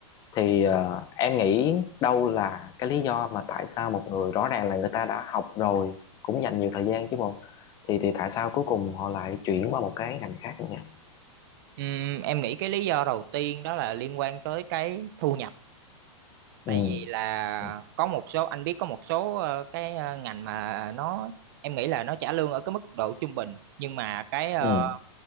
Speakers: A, on the left; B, on the right.
A: thì ờ, em nghĩ đâu là cái lý do mà tại sao một người rõ ràng là người ta đã học rồi cũng dành nhiều thời gian chứ bộ thì thì tại sao cuối cùng họ lại chuyển qua một cái ngành khác như vậy
B: Ừm, em nghĩ cái lý do đầu tiên đó là liên quan tới cái thu nhập
A: ừ
B: tại vì là
A: ừ
B: có một số anh biết có một số ờ, cái ờ, ngành mà nó em nghĩ là nó trả lương ở cái mức độ trung bình nhưng mà cái ờ,
A: ừ